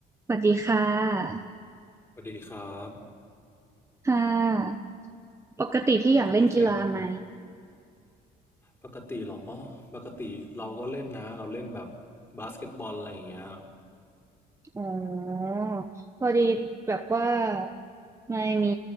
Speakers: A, on the right; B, on the left.
A: สวัสดีค่ะ
B: สวัสดีครับ
A: ค่ะปกติพี่อยากเล่นกีฬาไหม
B: ลดไขมันปกติเหรอปกติเราก็เล่นนะเราเล่นแบบบาสเกตบอลอะไรอย่างเงี้ย
A: อ๋อพอดีแบบว่าไม่มี